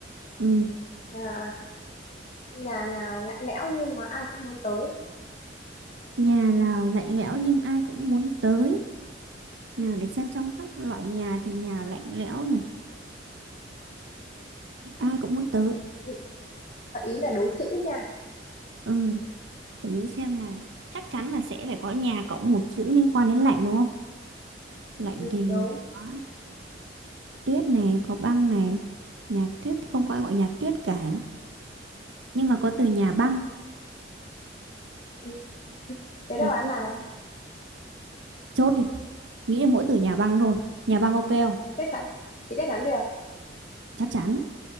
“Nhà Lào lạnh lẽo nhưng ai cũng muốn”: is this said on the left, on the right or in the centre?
Right